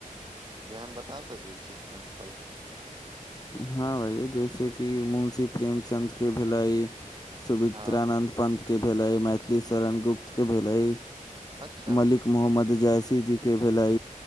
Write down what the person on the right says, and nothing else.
गियां बता सकै छी एग्जाम्पल
हँ
अच्छा